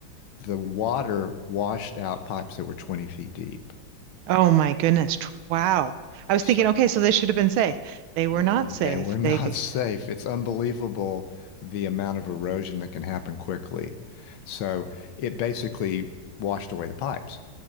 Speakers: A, on the left; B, on the right.
A: The water washed out pipes that were 20 feet deep.
B: Oh my goodness. tw- Wow. I was
A: So,
B: thinking, okay, so they should have been safe. They were
A: Mm,
B: not safe.
A: They were not
B: They. g-
A: <laughs> safe. It's unbelievable the amount of erosion that can happen quickly. So it basically washed away the pipes,